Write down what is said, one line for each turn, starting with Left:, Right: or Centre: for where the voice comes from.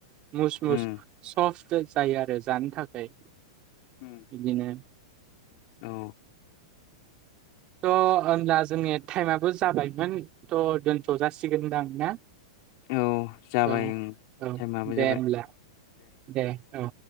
Right: मुस मुस
Left: उम
Right: सफ्ट जायो आरो जानो थाखाय। बिदिनो
Left: उम औ,
Right: थ' होनोमब्ला जोंनि टाइमाबबो जाबायमोन थ' दोनथ' जासिगोन होनदां ना?
Left: औ जाबाय
Right: औ
Left: ओं
Right: औ
Left: टाइमाबो
Right: दे
Left: जाबाय
Right: होमब्ला दे औ।